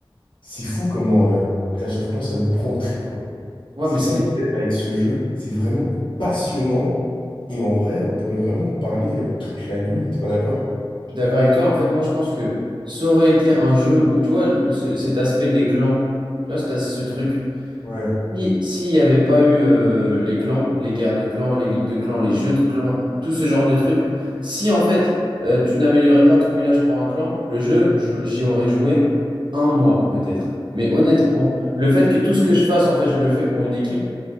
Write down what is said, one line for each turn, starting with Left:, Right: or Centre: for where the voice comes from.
Left: c'est fou comment euh, Clash of Clans, ça nous prend aux tripes, quoi.
Right: Ouais,
Left: C'est
Right: mais c'est.
Left: ça que j'aime avec ce jeu, c'est vraiment passionnant, et en vrai, on pourrait vraiment en parler euh, toute la nuit, t'es pas d'accord?
Right: Je suis d'accord avec toi. En fait, moi, je pense que ça aurait été un jeu où, tu vois, le- ce- cet aspect des clans, tu vois, c'est ce truc.
Left: Ouais.
Right: Si, s'il n'y avait pas eu euh, les clans, les guerres de clans, les ligues de clans, les jeux de clans, tout ce genre de trucs, si en fait euh, tu n'améliorais pas ton village pour un clan, le jeu, je- j'y aurais joué un mois peut-être. Mais honnêtement, le fait que tout ce que je fasse, en fait, je le fais pour une équipe,